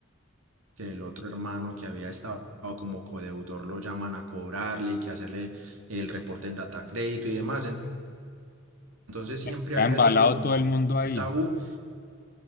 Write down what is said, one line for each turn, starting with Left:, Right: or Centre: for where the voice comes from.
Right: que el otro hermano que había estado como codeudor lo llaman a cobrarle y que hacerle el reporte en data crédito y demás. En- Entonces siempre
Left: está
Right: había
Left: embalado
Right: sido como
Left: todo
Right: un
Left: el mundo ahí.
Right: un tabú.